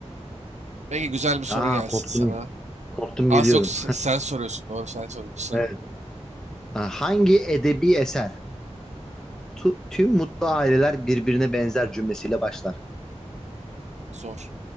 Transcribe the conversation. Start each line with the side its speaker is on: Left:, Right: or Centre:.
Right: Peki güzel bir soru
Centre: Aa
Right: gelsin
Centre: korktum.
Right: sana.
Centre: Korktum
Right: Az
Centre: geliyorum.
Right: yok s- sen soruyorsun. Doğru sen soruyorsun.
Centre: Evet.
Right: Aynen.
Centre: Aa, Hangi edebi eser Tu- tüm mutlu aileler birbirine benzer cümlesiyle başlar.
Right: Zor.